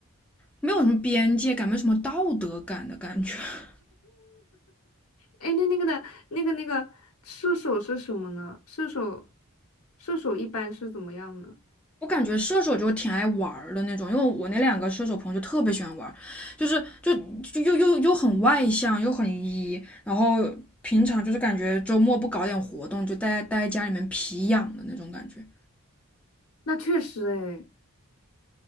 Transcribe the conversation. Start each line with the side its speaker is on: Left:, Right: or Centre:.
Centre: 没有什么边界感，没有什么道德感的感觉。<laughs>
Left: 哎，那那个的，那个那个射手是什么呢？射手，射手一般是怎么样呢？
Centre: 我感觉射手就挺爱玩儿的那种，因为我那两个射手朋友就特别喜欢玩儿，就是就就又又又很外向，又很 E，然后平常就是感觉周末不搞点活动，就待待在家里面皮痒的那种感觉。
Left: 那确实，哎，